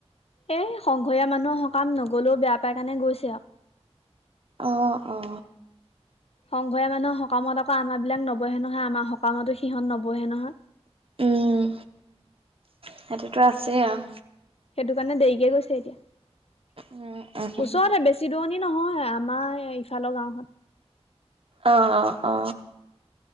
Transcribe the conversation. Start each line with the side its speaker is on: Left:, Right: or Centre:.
Left: এ সংঘৰীয়া মানুহৰ সকাম নগলেও বেয়া পাই কাৰণে গৈছে আৰু
Right: অ অ।
Left: সংঘৰীয়া মানুহৰ সকামত আকৌ আমাৰবিলাক নবহে নহয় আমাৰ সকামতো সিহঁত নবহে নহয়।
Right: উম সেইটোতো আছেই আৰু
Left: সেইটো কাৰণে দেৰিকে গৈছে এতিয়া
Right: উম উম
Left: ওচৰতে বেছি বেছি দুৰনি নহয় আমাৰ ইফালৰ গাঁওখন
Right: অ অ অ।